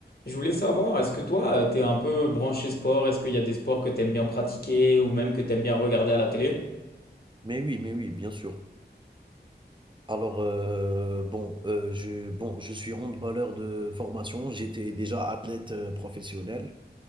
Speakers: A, on the left; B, on the right.
A: Je voulais savoir, est-ce que toi, euh, t'es un peu branché sport? Est-ce qu'il y a des sports que t'aimes bien pratiquer ou même que t'aimes bien regarder à la télé?
B: Mais oui, mais oui, bien sûr. Alors, heu, bon, heu, je bon, je suis handballeur de formation. J'étais déjà athlète, heu, professionnel.